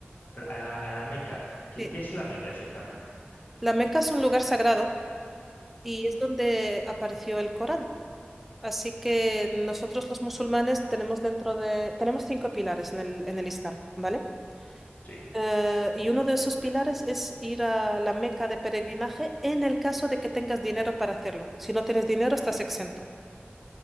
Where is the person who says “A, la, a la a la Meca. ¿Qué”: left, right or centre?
Left